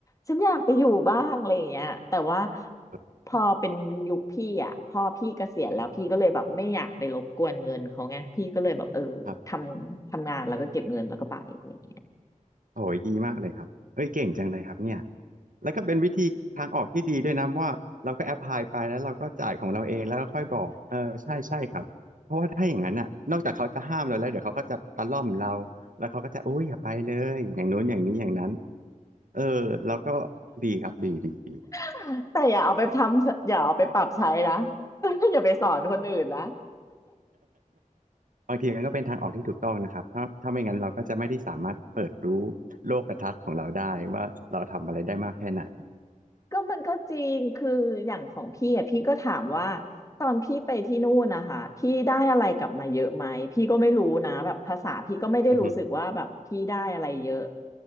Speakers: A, on the left; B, on the right.
A: ฉันอยากไปอยู่บ้างอะไรอย่างเงี้ยแต่ว่า
B: คร
A: พอเป็นยุคพี่อ่ะพอพี่เกษียณแล้วพี่ก็เลยแบบไม่อยากไปรบกวนเงินเขาไงพี่ก็เลยแบบเออทำทำงานแล้วก็เก็บเงินแล้วก็ไปอะไรอย่างเงี้ย
B: ับ โอ้ยดีมากเลยครับเอ้ยเก่งจังเลยครับเนี่ยแล้วก็เป็นวิธีทางออกที่ดีด้วยนะเพราะว่าเราก็แอพพลายไปแล้วเราก็จ่ายของเราเองแล้วก็ค่อยบอกเออใช่ใช่ครับเพราะว่าถ้าอย่างนั้นน่ะนอกจากเขาจะห้ามเราแล้วเดี๋ยวเขาก็จะตะล่อมเราแล้วเขาก็จะโอ้ยอย่าไปเลยอย่างโน้นอย่างนี้อย่างนั้นเออแล้วก็ดีครับดีดีดี <laughs>
A: <laughs> แต่อย่าเอาไปทำอย่าเอาไปปรับใช้นะ <laughs> อย่าไปสอนคนอื่นนะ
B: บางทีมันก็เป็นทางออกที่ถูกต้องนะครับถ้าถ้าไม่งั้นเราก็จะไม่ได้สามารถเปิดรู้โลกทัศน์ของเราได้ว่าเราทำอะไรได้มากแค่ไหน
A: ก็มันก็จริง คืออย่างของพี่อ่ะพี่ก็ถามว่าตอนพี่ไปที่นู่นนะคะพี่ได้อะไรกลับมาเยอะไหมพี่ก็ไม่รู้นะแบบภาษาพี่ก็ไม่ได้รู้สึกว่าแบบพี่ได้อะไรเยอะ
B: อือฮึ